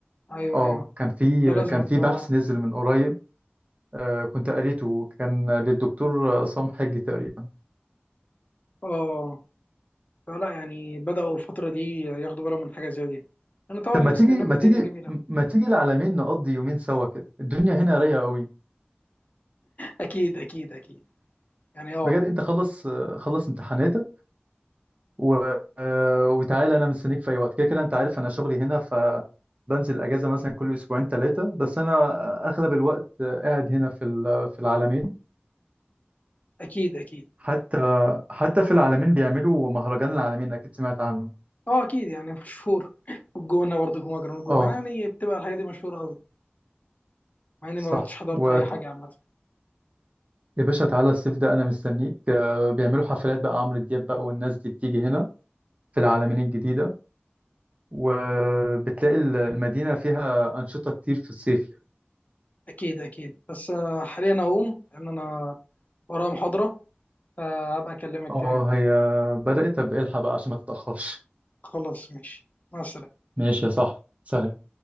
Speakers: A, on the left; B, on the right.
A: ايوه
B: اه
A: ايوه
B: كان في
A: ده لازم
B: كان في
A: اه
B: بحث نزل من قريب آه كنت قريته كان للدكتور عصام حجي تقريبا
A: اه فلا يعني بدأوا الفترة دي ياخدوا بالهم من حاجة زي دي انا طبعا
B: طب
A: من
B: ما
A: اسكندريه
B: تيجي ما
A: مدينة
B: تيجي
A: جميلة
B: ما تيجي العلمين نقضي يومين سوا كده الدنيا هنا رايقة قوي
A: اكيد اكيد اكيد يعني اه
B: بجد انت خلص آه، خلص امتحاناتك و... آه، وتعالى انا مستنيك في اي وقت كده كده انت عارف انا شغلي هنا فبنزل اجازة مثلا كل اسبوعين ثلاثة بس انا اغلب الوقت آه، قاعد هنا في ال- في العلمين
A: اكيد اكيد
B: حتى حتى في العالمين بيعملوا مهرجان العالمين اكيد سمعت عنه
A: اه اكيد يعني <laughs> مشهور والجونة برضه جمهور جرون الجونة
B: اه
A: يعني بتبقى الحاجة دي مشهورة قوي مع اني
B: صح
A: ما رحتش حضرت
B: ويا
A: اي حاجة عامة
B: باشا تعالى الصيف ده انا مستنيك آه، بيعملوا حفلات بقى عمرو دياب بقى والناس دي بتيجي هنا في العالمين الجديدة وبتلاقي ال- المدينة فيها أنشطة كتير في الصيف يعني
A: اكيد اكيد بس آه، حاليا اقوم لان انا ورايا محاضرة فهبقى اكلمك
B: اه
A: تاني
B: هي بدأت طب الحق بقى عشان ما تتأخرش
A: خلاص ماشي مع السلامة
B: ماشي يا صاحبي سلام